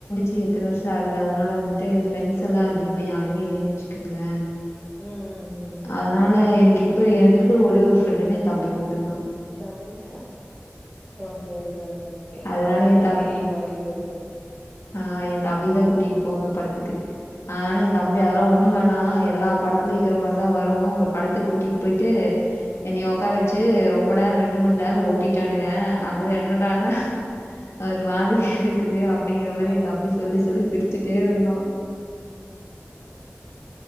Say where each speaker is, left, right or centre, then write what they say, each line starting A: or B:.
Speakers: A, on the left; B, on the left.
A: சு எத்தன வருஷோ ஆகுது அதனால வந்துட்டு ப்ரெண்டஸ் எல்லா அதிகமா யாருமே இல்லின் வச்சு கங்ள
B: ம் ம் ம் ம்
A: அதனால எனக்கு இப் ப்போ எனக்கு இருக்கிற ஒரே ஒரு ஃப்ரண்டுனா எ தம்பி மட்டுந்தா
B: Tamil okay okay okay okay
A: அதனால
B: அவனே
A: என் தம்பி
B: பெரிய பாடிகாடு தா
A: ஆ எ தம்பிதா கூட்டிட்டு போவ படத்துக்கு அனால எ தம்பி
B: ம்
A: அதெல்லா ஒண்ணு வண் னா எல்லா படத்துலயு இக்கிற மாரி தா வரு ஒரு படத்துக்கு கூட்டிட் போய்ட்டு என்னிய உக்கார வச்சு
B: அ
A: ரொம்ப ந ரெண்டு மண் நேரோ ஓட்டிட்டானுங்க அதுல என்னடானா ஒரு மாதிரி இருக்குது அப் படிங்கற மாரி
B: ஆ.
A: எ தம்பி சொல்லி சொல்லி சிரிச்சிட்டே இருந்தா